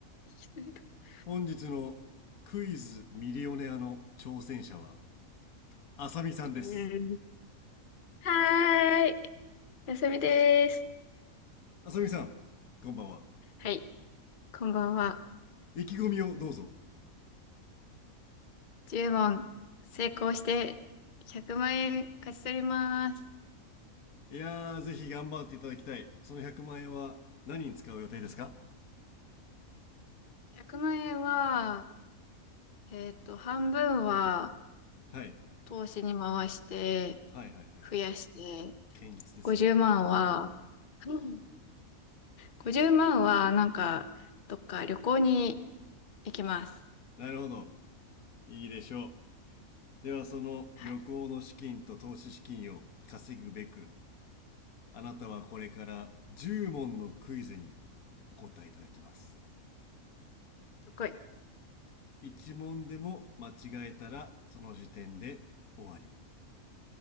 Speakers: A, on the left (about 40°); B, on the left (about 85°).
A: <laughs>
B: 本日のクイズミリオネアの挑戦者は、あさみさんです。
A: うんはーい。休みです。
B: あさみさん、こんばんは。
A: はい。こんばんは。
B: 意気込みをどうぞ。
A: 10問成功して100万円勝ち取ります。
B: いやー、ぜひ頑張っていただきたい。その100万円は何に使う予定ですか
A: 100万円は、えっと、半分は
B: はい。
A: 投資に回して
B: はいはいはい。
A: 増やして、
B: 堅実ですね。
A: 50万は、うん50万はなんか、どっか旅行に行きます。
B: なるほど。いいでしょう。では、その旅行の資金と投資資金を稼ぐべく、
A: はい。
B: あなたはこれから10問のクイズにお答えいただきます。
A: どこい
B: 一問でも間違えたらその時点で終わり